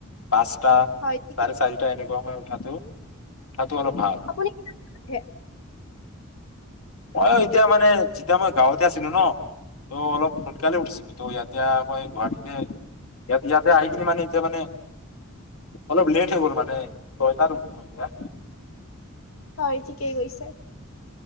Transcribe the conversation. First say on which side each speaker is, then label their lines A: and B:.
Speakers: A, on the left; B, on the left.
A: পাঁচটা
B: হয় ঠিকেই
A: চাৰে
B: কৈছে
A: চাৰিটা এনেকুৱা সমই উঠাতো তাতো অলপ ভাল
B: আপুনি কি ভাবে?
A: মই এতিয়া মানে যেতিয়া মই গাঁৱতে আছিলো ন ত অলপ সোনকালে উঠিছিলো ত এতিয়া মই গুৱাহাটীতে ই ইয়াতে আহি কিনে মানে এতিয়া মানে অলপ লেট হৈ গল মানে ছয়টাত উঠো মই এতিয়া
B: হয় ঠিকেই কৈছে।